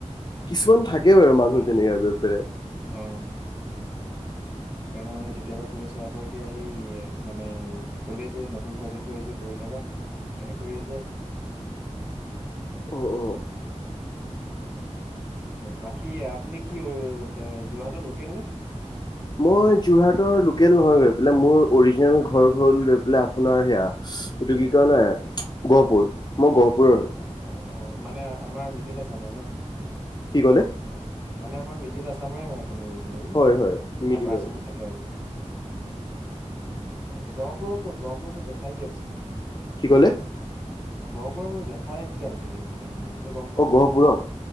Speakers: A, on the left; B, on the right.
A: কিছুমান থাকে বাৰু মানুহ তেনেকুৱা
B: অ সেইকাৰণে মানে তেতিয়াপৰা কৰি আছো আকৌ এতিয়া সেই মানে কলে যে নতুন প্ৰজেক্টটো আহিছে কৰি থাকা সেইকাৰণে কৰি আছো আৰু
A: অ অ
B: বাকী আপুনি কি যোৰহাটৰ লোকেল নে?
A: মই যোৰহাটৰ লোকেল নহয় গৈ পেলাই মোৰ অৰিজিনেল ঘৰ হল গৈ পেলাই আপোনাৰ সেয়া। এইটো কি কয় ন গহপুৰ মই গহপুৰৰ হয়।
B: অ অ অ মানে আমাৰ মৃদুল আছামৰে ন
A: কি ক'লে
B: আচ্ছা আচ্ছা মানে আমাৰ মৃদুল আছামৰে হয়। আপুনি অৰিজিনেলী
A: হয় হয় মিডিলৰ
B: আপাৰ আচামত থাকে আৰু। আচ্ছা গহপুৰৰ ক'ত গহপুৰত মোৰ জেঠাই বিয়া হৈছিলে।
A: কি কলে?
B: গহপুৰৰ মোৰ জেঠাই বিয়া হৈছিলে এইফালে মানে। আপুনি গহপুৰ
A: অ
B: ক'ত?
A: গহপুৰত?